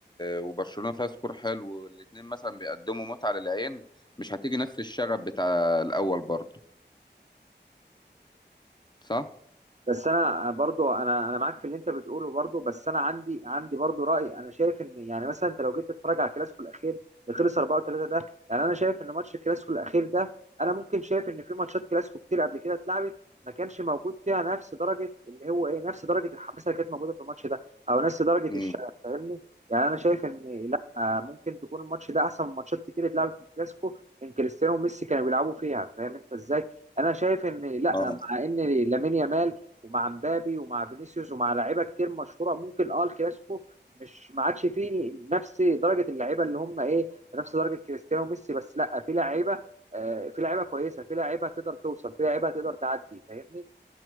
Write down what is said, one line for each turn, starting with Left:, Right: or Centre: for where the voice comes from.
Left: وبرشلونة فيها سكور حلو والاتنين مثلا بيقدموا متعة للعين مش هتيجي نفس الشغف بتاع الأول برضو صح؟
Right: بس انا برضو انا انا معاك في اللي انت بتقوله برضو بس انا عندي عندي برضو راي انا شايف ان يعني مثلا انت لو جيت تتفرج على الكلاسيكو الاخير اللي خلص 4 3 ده يعني انا شايف ان ماتش الكلاسيكو الاخير ده انا ممكن شايف ان في ماتشات كلاسيكو كتير قبل كده اتلعبت ما كانش موجود فيها نفس درجه اللي هو ايه نفس درجه الحماسه اللي كانت موجوده في الماتش ده او نفس درجه
Left: مم.
Right: الشغف فاهمني يعني انا شايف ان لا آه، ممكن تكون الماتش ده احسن من ماتشات كتير اتلعبت في الكلاسيكو ان كريستيانو وميسي كانوا بيلعبوا فيها فاهم انت ازاي انا شايف ان لا
Left: اه
Right: مع ان لامين يامال ومع مبابي ومع فينيسيوس ومع لعيبه كتير مشهوره ممكن اه الكلاسيكو مش ما عادش فيه نفس درجه اللعيبه اللي هم ايه نفس درجه كريستيانو وميسي بس لا في لعيبه آه، في لعيبه كويسه في لعيبه تقدر توصل في لعيبه تقدر تعدي فاهمني